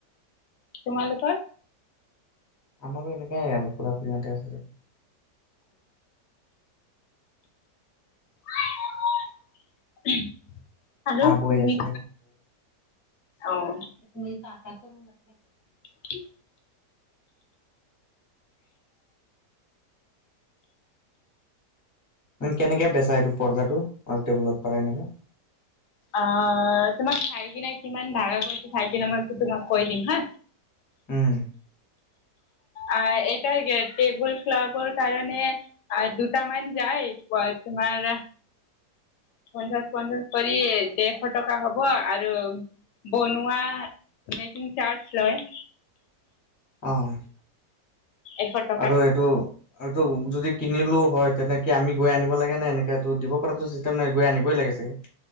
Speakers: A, on the left; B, on the left.
A: তোমালোকৰ
B: আমাৰো এনেকাই আৰু খুৰা খুৰীহঁতে আছে। <inaudible>
A: উমহ। আৰু
B: আবৈ
A: তুমি,
B: আছে
A: অঁ
B: মি তাকত কৰ লাগ মে <unintelligible>
A: কি <unintelligible>
B: মানে কেনেকে বেচা এইটো পৰ্দাটো আৰু টেবুলত পাৰ এনেকা।
A: অ তোমাক চাই কিনে কিমান ভাঢ়া গৈছে চাই কিনে মই তোমাক কৈ দিম হা।
B: উম
A: আহ এটাইযে টেবুল ক্লথৰ কাৰণে- আৰু দুটা মান যায়, তোমাৰ- পঞ্চাশ পঞ্চাশ কৰি দেৰশ টকা হব আৰু- বনোৱা, মেকিং চাৰ্জ লয়।
B: অঁ
A: এশ টকা-
B: আৰু এইটো- এইটো যদি কিনিলোও হয় তেনেকে আমি গৈ আনিব লাগেনে এনেকৈ তো দিব পৰাটো চিষ্টেম নাই গৈ আনিবই লাগে চাগে। <inaudible>